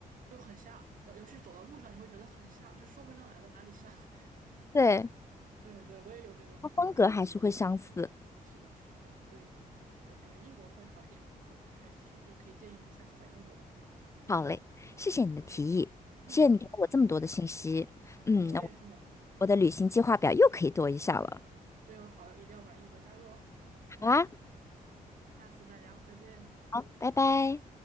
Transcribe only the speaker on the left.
对，
它风格还是会相似。
好嘞，谢谢你的提议，
谢谢你给了我这么多的信息，
嗯，
那我我的旅行计划表又可以多一项了。
好啊，
好，拜拜。